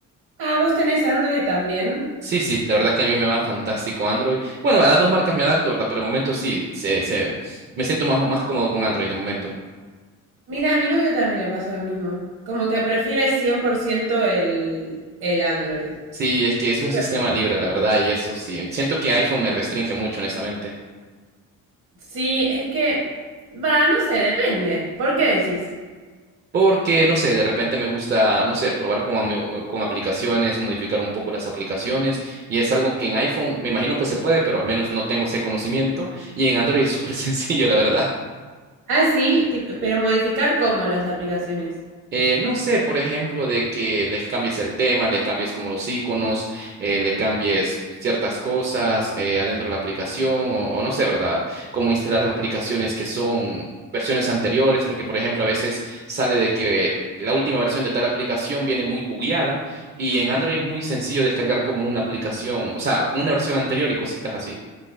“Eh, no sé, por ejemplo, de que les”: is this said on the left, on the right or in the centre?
Right